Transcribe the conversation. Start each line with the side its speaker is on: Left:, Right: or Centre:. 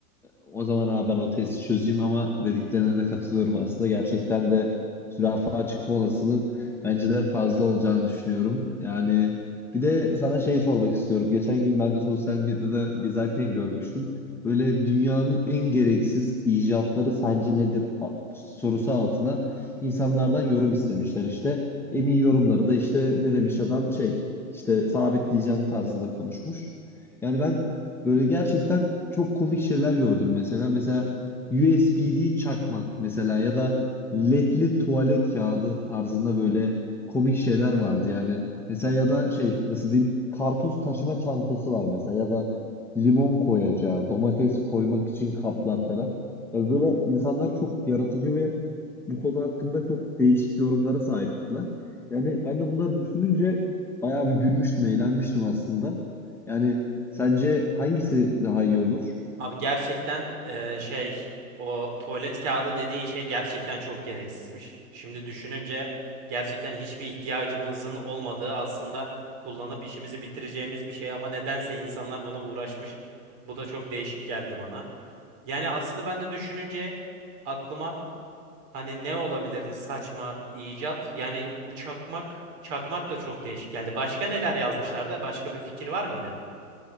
Centre: O zaman abi ben o testi çözeyim ama dediklerine de katılıyorum aslında. Gerçekten de zürafa çıkma olasılığım bence de fazla olacağını düşünüyorum. Yani bir de sana şeyi sormak istiyorum. Geçen gün ben de sosyal medyada gezerken görmüştüm. Böyle dünyanın en gereksiz icatları sence nedir A- sorusu altına insanlardan yorum istemişler işte. En iyi yorumları da işte ne demiş adam şey işte sabitleyeceğim tarzında konuşmuş. Yani ben Böyle gerçekten çok komik şeyler gördüm mesela. Mesela USB'li çakmak mesela ya da LED'li tuvalet kağıdı tarzında böyle komik şeyler vardı yani. Mesela ya da şey nasıl diyeyim karpuz taşıma çantası var mesela ya da limon koyacağı, domates koymak için kaplar falan. Ya böyle insanlar çok yaratıcı ve bu konu hakkında çok değişik yorumlara sahiptiler. Yani ben de bunları düşününce bayağı bir gülmüştüm, eğlenmiştim aslında. Yani Sence hangisi daha iyi olur?
Right: Abi gerçekten eee, şey o tuvalet kağıdı dediğin şey gerçekten çok gereksizmiş. Şimdi düşününce gerçekten hiçbir ihtiyacımızın olmadığı aslında kullanıp işimizi bitireceğimiz bir şey ama nedense insanlar buna uğraşmış. Bu da çok değişik geldi bana. Yani aslında ben de düşününce aklıma hani ne olabilir saçma icat? Yani uçakmak, çakmak da çok değişik geldi. Başka neler yazmışlar da başka bir fikir var mıydı?